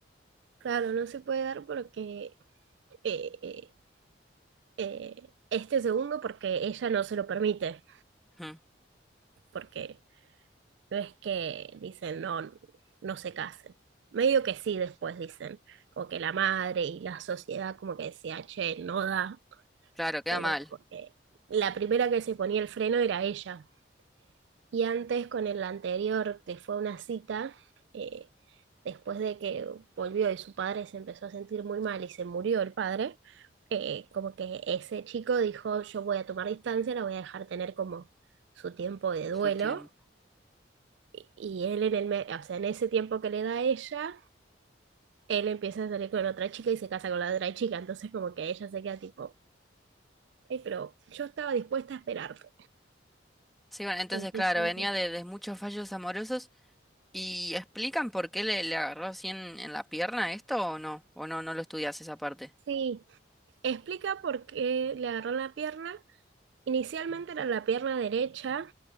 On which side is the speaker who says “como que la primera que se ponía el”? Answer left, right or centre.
Right